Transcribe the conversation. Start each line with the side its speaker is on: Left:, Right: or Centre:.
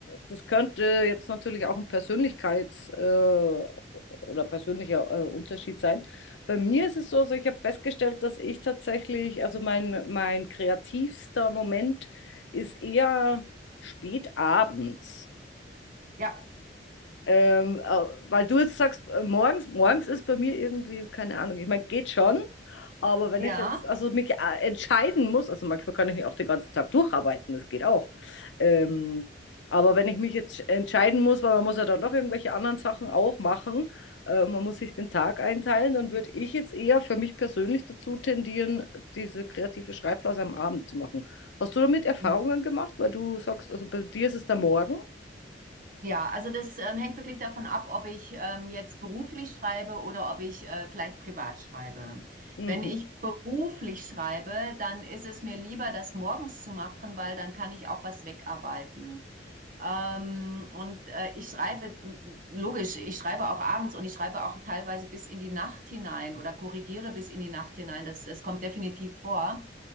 Left: das könnte jetzt natürlich auch ein Persönlichkeits- äh, oder persönlicher äh, Unterschied sein. Bei mir ist es so, also ich habe festgestellt, dass ich tatsächlich, also mein, mein kreativster Moment ist eher spät abends.
Right: Ja,
Left: Ähm, äh, weil du jetzt sagst, äh, morgens, morgens ist bei mir irgendwie, keine Ahnung, ich meine, geht schon, aber wenn
Right: ja.
Left: ich jetzt, also mich äh, entscheiden muss, also manchmal kann ich mich auch den ganzen Tag durcharbeiten, das geht auch. Ähm, aber wenn ich mich jetzt entscheiden muss, weil man muss ja dann noch irgendwelche anderen Sachen auch machen, äh, man muss sich den Tag einteilen, dann würde ich jetzt eher für mich persönlich dazu tendieren, diese kreative Schreibphase am Abend zu machen. Hast du damit Erfahrungen
Right: Mhm.
Left: gemacht, weil du sagst, also bei dir ist es der Morgen?
Right: Ja, also das ähm, hängt wirklich davon ab, ob ich ähm, jetzt beruflich schreibe oder ob ich äh, vielleicht privat schreibe.
Left: Mhm.
Right: Wenn ich beruflich schreibe, dann ist es mir lieber, das morgens zu machen, weil dann kann ich auch was wegarbeiten. Ähm, und äh, ich schreibe, logisch, ich schreibe auch abends und ich schreibe auch teilweise bis in die Nacht hinein oder korrigiere bis in die Nacht hinein. Das, das kommt definitiv vor.